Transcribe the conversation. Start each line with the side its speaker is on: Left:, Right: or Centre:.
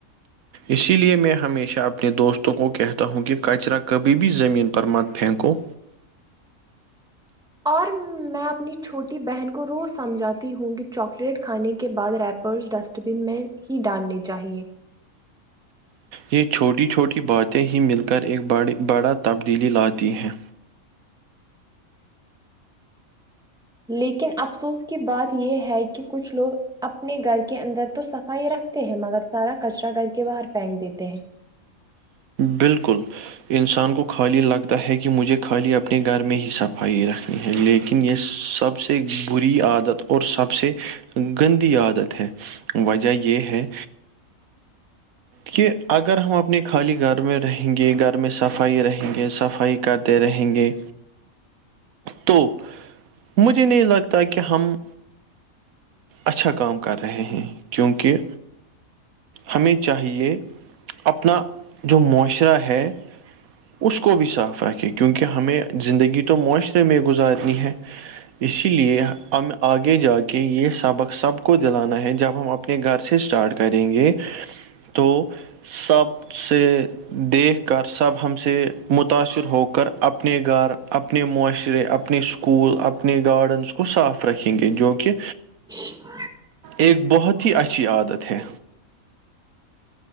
Right: اسی لیے میں ہمیشہ اپنے دوستوں کو کہتا ہوں کہ کچرا کبھی بھی زمین پر مت پھینکو
Centre: اور میں اپنی چھوٹی بہن کو روز سمجھاتی ہوں گی چاکلیٹ کھانے کے بعد ریپرس ڈسٹ ڈسٹ بن میں ہی ڈالنے چاہیے
Right: یہ چھوٹی چھوٹی باتیں ہی مل کر ایک بڑی بڑا تبدیلی لاتی ہیں
Centre: لیکن افسوس کی بات یہ ہے کہ کچھ لوگ اپنے گھر کے اندر تو صفائی رکھتے ہیں مگر سارا کچرا گھر کے باہر پھینک دیتے ہیں
Right: بالکل انسان کو خالی لگتا ہے کہ مجھے خالی اپنے گھر میں ہی صفائی رکھ ہے لیکن یہ سب سے بری عادت اور سب سے گندی عادت ہے وجہ یہ ہے کہ اگر ہم آ اپنے خالی گھر میں رہیں گے گھر میں صفائی رہیں گے صفائی کرتے رہیں گے تو مجھے نہیں لگتا کہ ہم اچھا کام کر رہے ہیں کیونکہ ہمیں چاہیے اپنا جو معاشرہ ہے اس کو بھی صاف رکھے کیونکہ ہمیں زندگی تو معاشرے میں گزارنی ہے اسی لیے ہم آگے جا کے یہ سبق سب کو دلانا ہے جب ہم اپنے اپنے گھر سے اسٹارٹ کریں گے تو سب سے دیکھ کر سب ہم سے متاثر ہو کر اپنے گھر اپنے معاشرے اپنے اسکول اپنے گارڈنس کو وہ صاف رکھیں گے جو کہ
Centre: <unintelligible>
Right: ایک بہت ہی اچھی عادت ہے